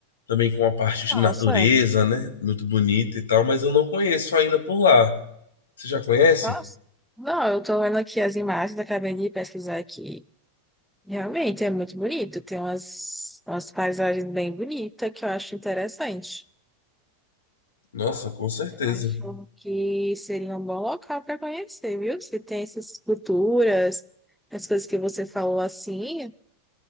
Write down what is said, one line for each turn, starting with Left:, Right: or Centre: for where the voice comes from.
Left: também com uma parte de natureza,
Centre: Nossa,
Left: né? Muito bonita e tal, mas eu não conheço ainda por lá. Você já conhece?
Centre: nossa. Não, eu tô vendo aqui as imagens, acabei de pesquisar aqui. Realmente é muito bonito. Tem umas, umas paisagens bem bonitas que eu acho interessante.
Left: Nossa, com certeza.
Centre: Acho que seria um bom local para conhecer, viu? Se tem essas culturas, as coisas que você falou assim.